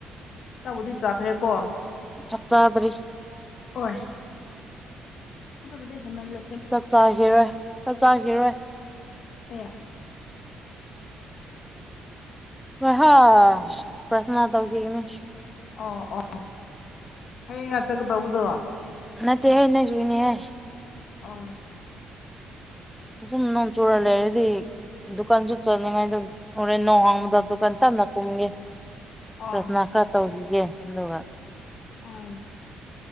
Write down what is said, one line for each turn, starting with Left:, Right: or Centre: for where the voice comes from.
Left: ꯇꯕꯨꯗꯤ ꯆꯥꯈ꯭ꯔꯦ ꯀꯣ꯫
Centre: ꯆꯥꯛ ꯆꯥꯗ꯭ꯔꯤ꯫
Left: ꯑꯣꯏ꯫ ꯑꯗꯨꯕꯨꯗꯤ ꯍꯦꯃꯜꯂꯦ꯫
Centre: ꯆꯥꯛ ꯆꯥꯒ‌ꯦꯔ ꯆꯥꯛ ꯆꯥꯒꯤꯔꯣꯏ꯫
Left: ꯑꯦ꯫
Centre: ꯍꯥ ꯍꯥ ꯄ꯭ꯔꯥꯊꯅ ꯇꯧꯈꯤꯒꯅꯤ꯫
Left: ꯑꯣ ꯑꯣ ꯍꯌꯦꯡ ꯑꯥ ꯆꯠꯀꯗꯧꯕꯗꯨ꯫
Centre: ꯅꯠꯇ ꯍꯦ ꯅꫭꯏꯁꯨꯨꯅꯤ ꯍ‌ꯦ꯫
Left: ꯑꯥ꯫
Centre: ꯑꯁꯨꯝ ꯅꯣꯡ ꯆꯨꯔ ꯂꯩꯔꯗꯤ꯫ ꯗꯨꯀꯥꯟꯁꯨ ꯆꯠꯅꯤꯡꯉꯥꯏꯗ ꯍꯣꯔꯦꯟ ꯅꯣꯡ ꯍꯥꯡꯕꯗ ꯗꯨꯀꯥꯟ ꯇꯞꯅ ꯀꯨꯝꯒꯦ꯫
Left: ꯑꯣ
Centre: ꯄ꯭ꯔꯊꯅꯥ ꯈꯔ ꯇꯧꯈꯤꯒꯦ ꯑꯗꯨꯒ꯫
Left: ꯑꯥ